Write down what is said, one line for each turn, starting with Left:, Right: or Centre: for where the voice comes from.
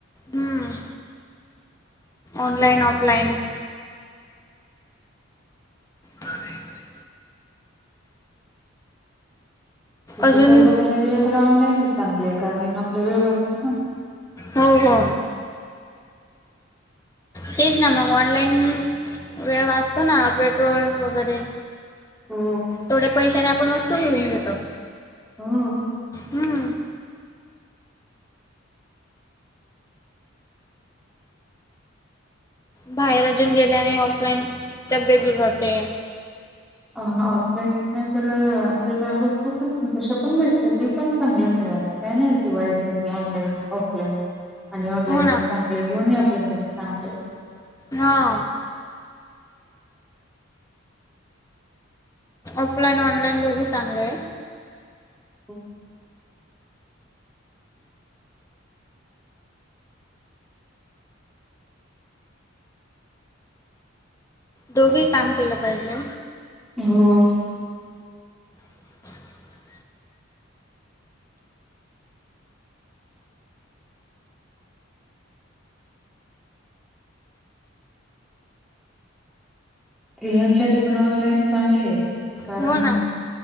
Left: हम् ऑनलाईन ऑफलाईन नाही नाही.
Centre: तसं
Left: अजून
Centre: तर बघायला गेलं तर ऑनलाईनच चांगलं आहे कारण आपला वेळ असतो ना.
Left: हो हो. तेच ना मग ऑनलाईन वेळ वाचतो ना पेट्रोल वगैरे
Centre: हो.
Left: थोडे्या पैशाने आपण वस्तू घेऊन घेतो.
Centre: हम.
Left: हम्म. बाहेर अजून गेल्याने ऑफलाईन तब्येत बिघडते.
Centre: ऑफलाईन नंतर आपल्याला वस्तू पण तश पण माटतात. पण चांगलंच आहे असं काही नाही की वाईट आहे की ऑनलाईन ऑफलाईन आणि ऑनलाईन
Left: हो ना
Centre: चांगले दोन्ही अल्यास चांगले.
Left: हा. ऑफलाईन ऑ ईन दोघीांले आहे
Centre: हो
Left: दोघे काम केलं पाहिजे
Centre: हो
Left: <inaudible>
Centre: स्त्री यांसाठी पण ऑनलाईन चांगले आहे कारण
Left: हो ना